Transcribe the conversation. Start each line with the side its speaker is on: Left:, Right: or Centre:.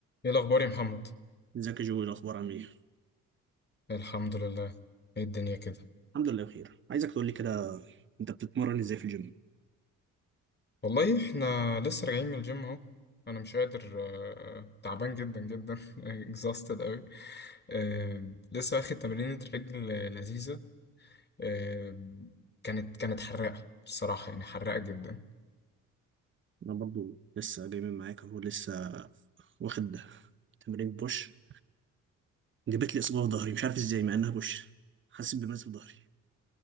Left: ايه الاخبار يا محمد
Right: ازيك يا جوي الاخبار عامل ايه
Left: الحمد لله ايه الدنيا كده
Right: الحمد لله بخير عايزك تقول لي كده انت بتتمرن ازاي في الجيم
Left: والله احنا لسه راجعين من الجيم اهو انا مش قادر آه، تعبان جدا جدا <laughs> exhausted قوي آه، لسه واخد تمرينة رجل لذيذة آه، كانت كانت حراقة بصراحة يعني حراقة جدا
Right: انا برضو لسه جاي من معاك اهو لسه واخد تمرين بوش جابت لي اصابه في ظهري مش عارف ازاي مع انها بوش حاسس بمزق في ظهري